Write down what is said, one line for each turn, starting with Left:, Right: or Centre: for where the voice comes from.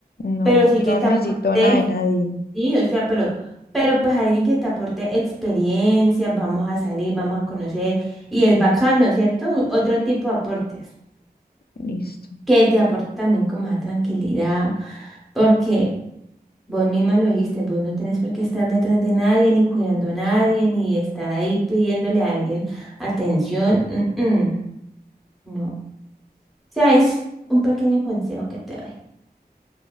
Left: No,
Centre: pero sí
Left: yo
Centre: que
Left: no
Centre: te
Left: necesito
Centre: aporte,
Left: nada de nadie.
Centre: sí, o sea, pero, pero pues alguien que te aporte experiencia, vamos a salir, vamos a conocer, y es bacano, ¿cierto? Otro tipo de aportes,
Left: Listo.
Centre: que te aporte también como esa tranquilidad, porque vos misma lo dijiste, vos no tenés por qué estar detrás de nadie, ni cuidando a nadie, ni estar ahí pidiéndole a alguien atención. mm, mm. No. sea, es un pequeño consejo que te doy.